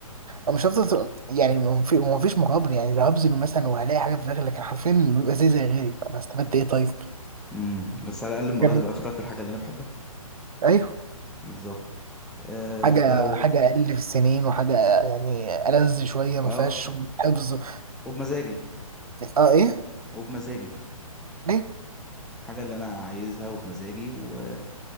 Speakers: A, on the right; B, in the centre.
A: أنا مش هفضل طول- يعني ما في- ما فيش مقابل يعني لو هبذل مثلا وهلاقي حاجة في الآخر لكن حرفيا بيبقى زي زي غيري فأنا استفدت إيه طيب؟
B: امم بس على الاقل المرة
A: جميل.
B: دي بقى اخترت الحاجة اللي انا بحبها
A: أيوه
B: بالظبط آه،
A: حاجة
B: انت لو
A: حاجة أقل في السنين وحاجة يعني ألذ شوية ما
B: اه
A: فيهاش حفظ
B: وبمزاجي
A: اه ايه
B: وبمزاجي
A: ليه
B: الحاجة اللي انا عايزها وبمزاجي و...